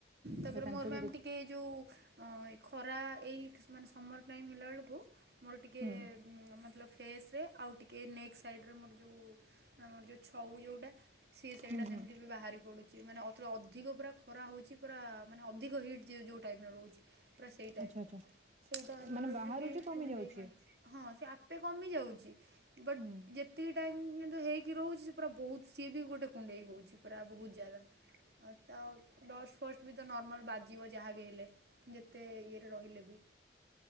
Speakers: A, on the right; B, on the right.
A: ତାପରେ
B: ତ ତାଙ୍କୁ
A: ମୋର ମ୍ୟାମ୍
B: ବି ଦେଖ
A: ଟିକେ ଯୋଉ ଖରା ଏଇ ମାନେ ସମର୍ ଟାଇମ୍ ହେଲାବେଳକୁ ମୋର ଟିକେ
B: ହୁଁ
A: ମତଲବ ଫେସରେ ଆଉ ଟିକେ ନେକ୍ ସାଇଡ଼ରେ ମୋର ଯୋଉ ଅଁ ଯୋଉ ଛଉ ଯଉଁଟା ସିଏ ସେଇଟା
B: ହୁଁ ହୁଁ
A: ସେମିତି ବାହାରି ପଡୁଛି ମାନେ ଅତ ଅଧିକ ପୁରା ଖରା ହଉଛି ପୁରା ମାନେ ଅଧିକ ହିଟ୍ ଯିଏ ଯେଉଁ ଟାଇପର ରହୁଛି। ପୁରା ସେଇ ଟାଇପର
B: ଆଚ୍ଛା ଆଚ୍ଛା
A: ସେଇଟା ହେଲା
B: ମାନେ
A: ବେଳକୁ
B: ବାହାରୁଛି
A: ବି
B: କମି
A: କୁଣ୍ଡେଇ
B: ଯାଉଛି।
A: କାଣ୍ଡେଇ ହଁ ସେ ଆପେ କମିଯାଉଛି ବଟ୍
B: ହୁଁ।
A: ଯେ ଏତିକ ଟାଇମ୍ କିନ୍ତୁ ହେଇକି ରହୁଛି ସେ ପୁରା ବହୁତ ସିଏ ବି ଗୋଟେ କୁଣ୍ଡେଇ ହେଉଛି ପୁରା ବହୁତ ଜାଗା। ତ ଡଷ୍ଟ ଫଷ୍ଟ ବି ତ ନର୍ମାଲ ବାଜିବ ଯାହାବି ହେଲେ। ଯେତେ ଇଏରେ ରହିଲେ ବି।